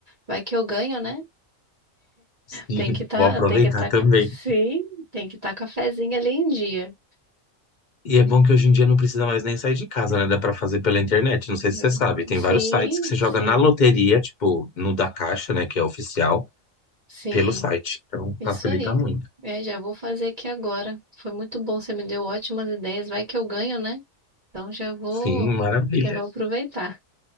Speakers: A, on the right; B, on the left.
A: Vai que eu ganho, né?
B: E
A: Tem
B: <laughs>
A: que tá,
B: vou aproveitar
A: tem que tá,
B: também.
A: sim, tem que tá cafezinho ali em dia.
B: E é bom que hoje em dia não precisa mais nem sair de casa, né? Dá pra fazer pela internet. Não sei se
A: É.
B: você sabe. Tem
A: Sim,
B: vários sites que você joga
A: sim,
B: na loteria, tipo, no da Caixa, né? Que é oficial,
A: sim,
B: pelo site. Então
A: isso
B: facilita
A: aí.
B: muito.
A: É, já vou fazer aqui agora. Foi muito bom, você me deu ótimas ideias. Vai que eu ganho, né? Então já vou,
B: Sim, maravilha.
A: já vou aproveitar.